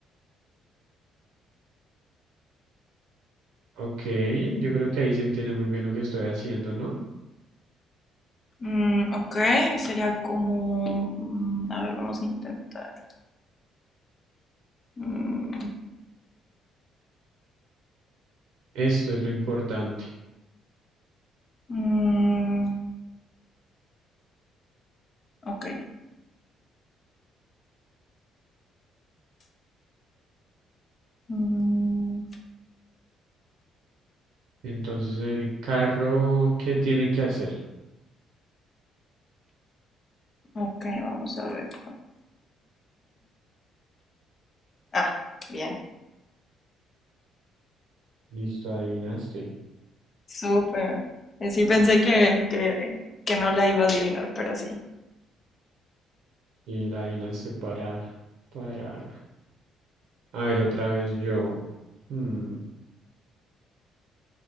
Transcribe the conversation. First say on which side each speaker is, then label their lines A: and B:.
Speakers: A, on the right (about 70°); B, on the left (about 30°).
A: Ok. Yo creo que ahí se entiende muy bien lo que estoy haciendo, ¿no?
B: Mm, ok, sería como... mm, a ver, vamos a intentar. Mm,
A: Esto es lo importante.
B: mm, ok. Mm,
A: Entonces, el carro, ¿qué tiene que hacer?
B: ok, vamos a ver. Ah, bien.
A: Listo, adivinaste.
B: Súper. Eh, Sí pensé que, que, que no la iba a adivinar, pero sí.
A: Y la adivinaste parar. Parar. A ver, otra vez yo. Hmm,